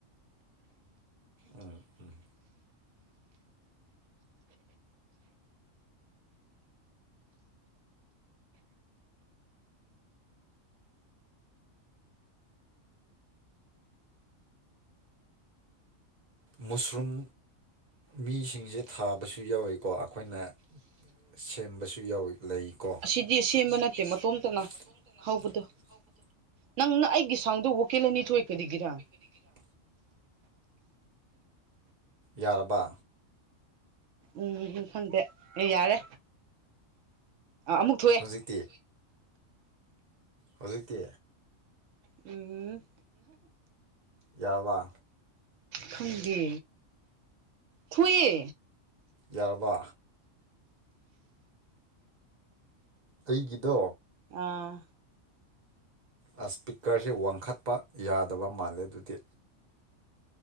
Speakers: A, on the right (about 40°); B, on the right (about 75°).
A: ꯑꯥ ꯎꯝ ꯃꯨꯁꯔꯨꯝ ꯃꯤꯁꯤꯡꯖꯦ ꯊꯥꯕꯁꯨ ꯌꯥꯎꯋꯤꯀꯣ ꯑꯈꯣꯏꯅ ꯁꯦꯝꯕꯁꯨ ꯌꯥꯎꯏ ꯂꯩꯀꯣ
B: ꯑꯁꯤꯗꯤ ꯁꯦꯝꯕ
A: ꯁꯤꯗꯤ
B: ꯅꯠꯇꯦ ꯃꯇꯣꯝꯇꯅ
A: ꯁꯦꯝꯕꯥ ꯅꯠꯇꯦ ꯃꯇꯣꯝꯇ ꯂꯥꯛꯄꯥꯅꯤ
B: ꯍꯧꯕꯗꯣ
A: ꯍꯧꯕ
B: ꯅꯪꯅ ꯑꯩꯒꯤ ꯁꯥꯎꯟꯗꯣ ꯋꯣꯀꯦꯜ ꯑꯅꯤ ꯊꯣꯛꯏ ꯀꯔꯤꯒꯤꯔꯥ
A: ꯒꯤꯔꯥ ꯌꯥꯔꯕ
B: ꯎꯝ ꯎꯝ ꯈꯪꯗꯦ ꯑꯦ ꯌꯥꯔꯦ ꯑ ꯑꯃꯨꯛ ꯊꯣꯛꯑꯦ
A: ꯍꯧꯖꯤꯛꯇꯤ ꯍꯧꯖꯤꯛꯇꯤ
B: ꯎꯝ
A: ꯌꯥꯋꯥ
B: ꯈꯪꯗꯦ ꯊꯨꯏꯌꯦ
A: ꯌꯥꯔꯕ ꯑꯩꯒꯤꯗꯣ
B: ꯑꯥ
A: ꯑꯥ ꯏꯁꯄꯤꯀꯔꯖꯦ ꯋꯥꯡꯈꯠꯄ ꯌꯥꯗꯕ ꯃꯥꯜꯂꯦ ꯑꯗꯨꯗꯤ